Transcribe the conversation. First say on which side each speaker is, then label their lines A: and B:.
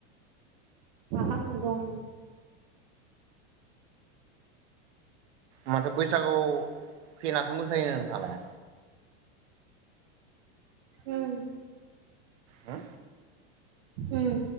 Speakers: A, on the right (about 45°); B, on the right (about 70°).
A: आं दं
B: माथो बैसागु फेनासो मोसायो नोंथाङालाय?
A: उम
B: हो
A: उम